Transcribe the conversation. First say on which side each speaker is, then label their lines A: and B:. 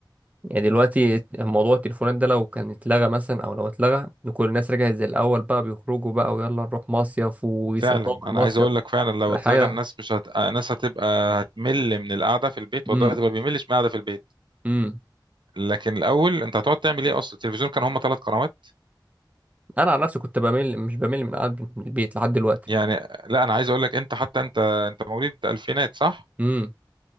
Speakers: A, on the right (about 20°); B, on the right (about 75°).
A: يعني دلوقتي موضوع التليفونات ده لو كان اتلغى مثلا أو لو اتلغى وكل الناس رجعت زي الأول بقى بيخرجوا بقى ويلا نروح مصيف ويسافروا
B: فعلا انا
A: المصيف
B: عايز اقول لك فعلا لو
A: تبقى
B: اتلغى
A: حاجة
B: الناس مش هت... الناس هتبقى هتمل من القعده في البيت ودلوقتي
A: امم
B: ما بيملش من القعده في البيت
A: امم
B: لكن الاول انت هتقعد تعمل ايه اصلا التلفزيون كان هم ثلاث قنوات
A: أنا عن نفسي كنت بمل مش بمل من قعدة البيت لحد دلوقتي
B: يعني لا انا عايز اقول لك انت حتى انت انت مواليد الفينات صح
A: امم